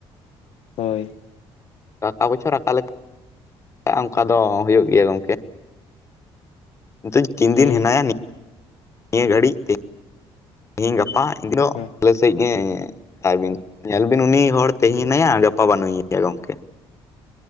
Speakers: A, on the left; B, on the left.
A: ᱦᱳᱭ ᱾
B: ᱟᱵᱚ ᱪᱷᱟᱲᱟ ᱚᱠᱟᱞᱮᱠᱟ ᱚᱝᱠᱟ ᱫᱚ ᱦᱩᱭᱩᱜ ᱜᱮᱭᱟ ᱜᱚᱝᱠᱮ ᱾ ᱱᱤᱛᱚᱜ ᱛᱤᱱ
A: ᱦᱮᱸ
B: ᱫᱤᱱ ᱦᱮᱱᱟᱭᱟ ᱱᱤᱜ ᱱᱤᱭᱟᱹ ᱜᱷᱟᱹᱲᱤᱡᱽ ᱛᱮ ᱾ ᱛᱮᱦᱮᱧ ᱜᱟᱯᱟ ᱤᱫᱽᱨᱚᱜ
A: ᱦᱮᱸ
B: ᱟᱞᱮ ᱥᱮᱫ ᱜᱮ ᱮᱸᱼᱼ ᱟᱨᱵᱤᱱ ᱧᱮᱞ ᱵᱤᱱ ᱩᱱᱤ ᱦᱚᱲ ᱛᱮᱦᱮᱧ ᱦᱮᱱᱟᱭᱟ ᱜᱟᱯᱟ ᱵᱟᱹᱱᱩᱜ ᱮᱭᱟ ᱜᱚᱝᱠᱮ ᱾